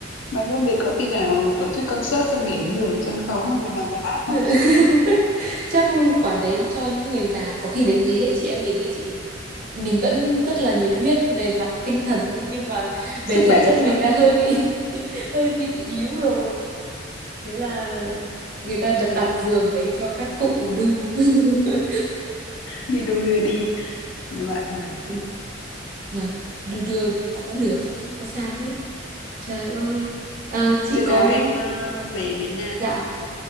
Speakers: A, on the left; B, on the right.
A: mà môn bên có khi nào tổ chức concert xong để cái giường sân khấu không vừa nằm vừa hát
B: <laughs>
A: không
B: chắc quả đấy cho những người già có khi đến thế hệ chị em mình ấy chị mình vẫn rất là nhiệt huyết về mặt tinh thần đi nhưng mà
A: <laughs> sức
B: về thể
A: khỏe
B: chất
A: không cho
B: mình đang
A: phép
B: hơi bị <laughs> hơi bị yếu rồi thế là người ta đặt đặt giường đấy cho các cụ đu <laughs>
A: đi đu đưa đi nhưng mà nằm
B: Ừ, nào đu đưa cũng được không có sao hết trời ơi à, chị
A: chừng
B: có
A: nào em à, về Việt Nam
B: dạ
A: à,